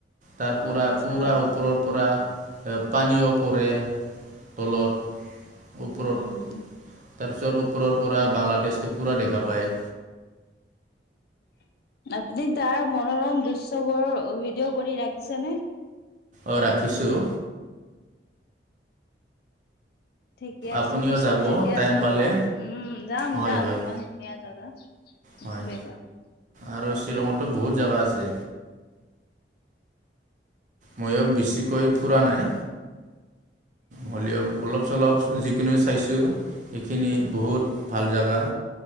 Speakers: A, on the right; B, on the left.
A: তাৰ পৰা
B: আচ্ছা
A: পুৰা ওপৰৰ পৰা পানীও পৰে, তলত ওপৰত।
B: উম।
A: তাৰপিছত ওপৰৰ পৰা বাংলাদেছটো পুৰা দেখা পায়।
B: <inaudible> আপুনি তাৰ মনোৰম দৃশ্যবোৰ ভিডিঅ' কৰি ৰাখিছেনে?
A: অ, ৰাখিছোঁ।
B: ঠিকে আছে
A: আপুনিও
B: পিছত
A: যাব
B: যেতিয়া
A: টাইম
B: চাব
A: পালে
B: উম যা, ম
A: হয়
B: যাম
A: হয়
B: ইমান ধুনীয়া জেগা। নিশ্চয়
A: হয়
B: জাম।
A: আৰু শ্বিলঙতো বহুত জাগা আছে। ময়ো বেছিকৈ ফুৰা নাই।
B: উ।
A: হ'লেও অলপ-চলপ যিখিনি চাইছোঁ সেইখিনি বহুত ভাল জেগা।